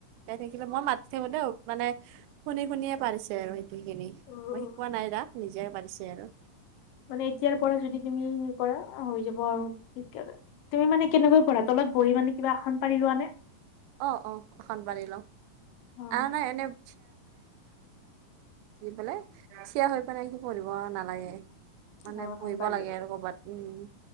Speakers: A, on the right (about 85°); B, on the left (about 70°).
A: গাই থাকিলে মই মাতি থাকো মানে শুনি- শুনিয়ে পাৰিছে আৰু সেইটিখিনি
B: অ অ
A: মই শিকোৱা নাই না নিজে পাৰিছে আৰু।
B: মানে এতিয়াৰ পৰা যদি তুমি কৰা হৈ যাব আৰু তেতিয়ালৈ তুমি মানে কেনেকৈ কৰা তাত বহি মানে কিবা আঁসন পাৰি লোৱা নে?
A: অহ - অহ আখন পাৰি লওঁ
B: অ
A: আৰু নাই এনে <unintelligible> দি পেলাই থিয়া হৈ পেলাই সি পঢ়িব নালাগে। মানে
B: অ আসন
A: পঢ়িব
B: পাৰি
A: লাগে
B: ল'ব
A: আৰু কৰ'বাত উম।